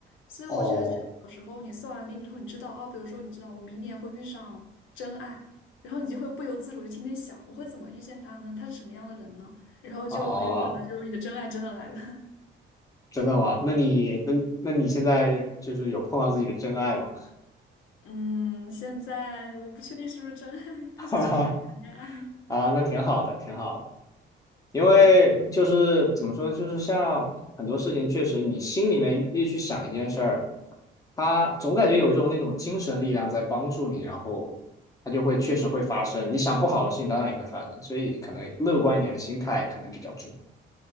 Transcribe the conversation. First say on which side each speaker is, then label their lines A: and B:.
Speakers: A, on the left; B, on the left.
A: 所以我觉得这有时候你算完命之后，
B: 哦，
A: 你知道哦，比如说你知道我明年会遇上真爱，然后你就会不由自主的天天想，我会怎么遇见他呢？他是什么样的人呢？然后就很有可能就是你的真爱真的来了。
B: 哦哦
A: <laughs>
B: 真的吗？那你那那你现在有就是有碰到自己的真爱吗？
A: 嗯，现在我不确定是不是真爱，
B: <laughs>
A: 但是确实在谈恋爱。
B: 哈哈，啊，那挺好的，挺好的。因为就是怎么说，
A: 嗯，
B: 就是像很多事情，确实你心里面越去想一件事儿，它总感觉有一种那种精神力量在帮助你，然后它就会确实会发生。你想不好的事情，当然也会发生，所以可能乐观一点的心态可能比较重要。